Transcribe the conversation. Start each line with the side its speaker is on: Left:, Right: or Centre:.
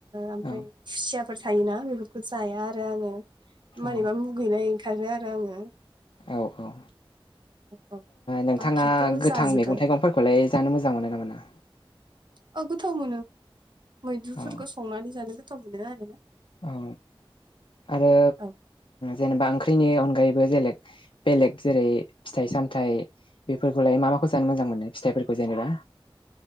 Right: ओमफ्राय
Left: औ
Right: खुसियाफोर थायोना बेफोरखौ जाया आरो आंङो
Left: औ
Right: मारैबा मुगैनाय ओंखारो आरो आंङो।
Left: औ औ
Right: औ
Left: नोंथांङा
Right: बाखिथ'
Left: गोथां
Right: जाजोबो
Left: मैगं थाइगंफोर खौलाय जानो मोजां मोनो ना मोना?
Right: औ गोथाव मोनो मैद्रुफोरखौ
Left: औ
Right: संनानै जानो गोथाव मोनो आरोना।
Left: औ आरो
Right: औ
Left: जेनेबा ओंख्रिनि अनगायैबो बेलेग। बेलेग जेरै फिथाइ सामथायाइ बेफोरखौलाय मा माखौ जानो मोजां मोनो फिथाइफोरखौ जेनेबा।